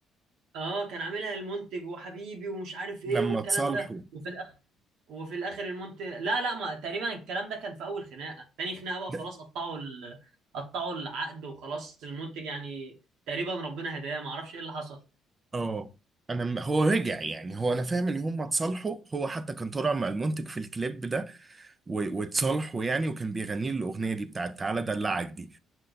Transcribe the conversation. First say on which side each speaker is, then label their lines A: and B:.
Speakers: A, on the right; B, on the right.
A: اه كان عاملها المنتج وحبيبي ومش عارف ايه
B: لما
A: والكلام
B: اتصالحوا
A: ده وفي وفي الاخر المونت لا لا ما تقريبا الكلام ده كان في اول خناقه تاني خناقه بقى
B: لا،
A: خلاص قطعوا ال... قطعوا العقد وخلاص المنتج يعني تقريبا ربنا هداه ما اعرفش ايه اللي حصل
B: اه انا م- هو رجع يعني هو انا فاهم ان هم اتصالحوا هو حتى كان طالع مع المنتج في الكليب ده و- واتصالحوا يعني وكان بيغني له الاغنيه دي بتاعت تعالى دلعك دي